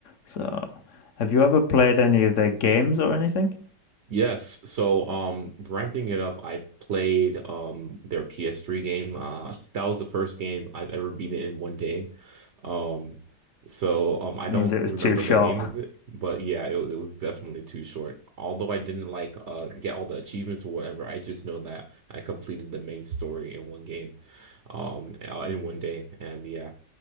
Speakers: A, on the left (about 55°); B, on the right (about 60°).
A: So have you ever played any of their games or anything?
B: Yes. So, um, ramping it up, I played um their PS3 game. Uh, that was the first game I've ever beaten in one day. Um, so um, I
A: It
B: don't
A: means it was
B: remember
A: too short.
B: the name
A: <laughs>
B: of it, but yeah, it, it was definitely too short. Although I didn't like uh get all the achievements or whatever, I just know that I completed the main story in one game. um uh, in one day and yeah